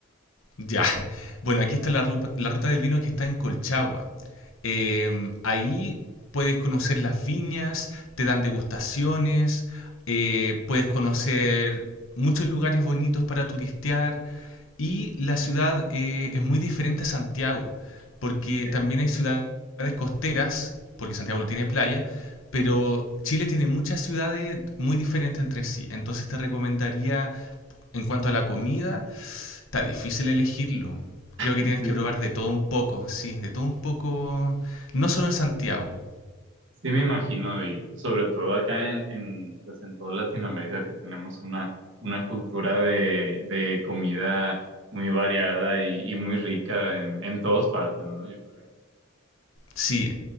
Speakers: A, on the left (about 75°); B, on the right (about 65°).
A: Ya. Bueno, aquí está la ruta, la ruta del vino que está en Colchagua. Eh, ahí puedes conocer las viñas, te dan degustaciones, eh, puedes conocer muchos lugares bonitos para turistear. Y la ciudad eh, es muy diferente a Santiago, porque
B: ¿ok?
A: también hay ciudades costeras, porque Santiago no tiene playa, pero Chile tiene muchas ciudades muy diferentes entre sí. Entonces te recomendaría, en cuanto a la comida, está difícil elegirlo. Creo que
B: Sí.
A: tienes que probar de todo un poco, sí, de todo un poco, no solo en Santiago,
B: Sí, me imagino, y pues, sobre todo acá en, en, pues, en toda Latinoamérica que tenemos una, una cultura de, de comida muy variada y, y muy rica en, en todas partes, ¿no? Yo creo.
A: sí.